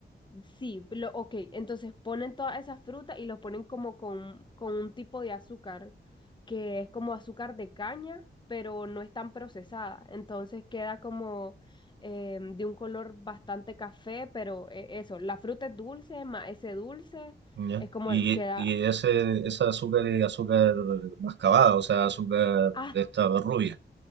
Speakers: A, on the left; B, on the right.
A: Sí, lo, ok, entonces ponen todas esas frutas y los ponen como con, con un tipo de azúcar, que es como azúcar de caña, pero no es tan procesada. Entonces queda como eh, de un color bastante café, pero eh, eso, la fruta es dulce, más ese dulce
B: Ya.
A: es como
B: Y,
A: el- queda...
B: y ese, ese azúcar es azúcar mascabada, o sea, azúcar
A: Ah,
B: de esta rubia.